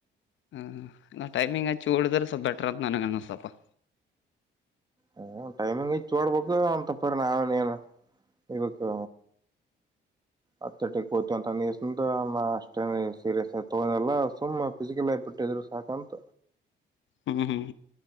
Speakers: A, on the left; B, on the right.
A: ಹ್ಮಲ್ಲ ಟೈಮಿಂಗ್ ಹಚ್ಚಿ ಡಿದ್ರೆ ಸ್ವಲ್ಪ ಬೆಟರ್ ಅಂತ ನನಗ ಅನ್ಸುತಪ್ಪ
B: ಹ್ಮ ಟೈಮಿಂಗ್ ಹಚ್ಚಿ ಓಡಬೇಕು ಅಂತ ತಪ್ಪರಿ ನಾವೇ ನೀನು ಇವಕ್ಕೆ ಅಟ ತಂತ ಅಮ್ಮ ಅಷ್ಟೇ ಸೀರಿಯಸ್ ಆ ತಗೊಂಡಲ್ಲ ಸುಮ್ ಫಿಸಿಕಲ್ಟ್ಟಿದ್ರು ಸಾಕಂತ
A: ಹ್ಮ್ ಹ್ಮ್